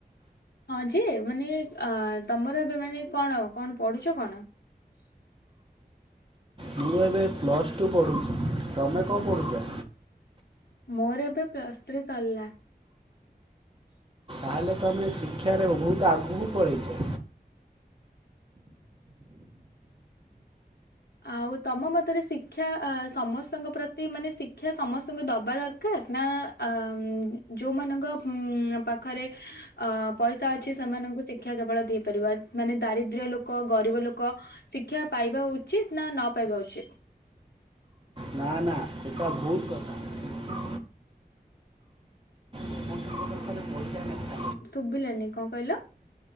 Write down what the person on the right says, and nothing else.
ମୁଁ ଏବେ ପ୍ଲସ୍ ଟୁ ପଢ଼ୁଚି। ତମେ କଣ ପଢୁଚ।
ତାହେଲେ ତମେ ଶିକ୍ଷାରେ ବହୁତ ଆଗକୁ ପଳେଇଛ।
ନା ନା ଏଟା ଭୁଲ କଥା। ସମସ୍ତଙ୍କ ପାଖରେ ପଇସା ନାହିଁ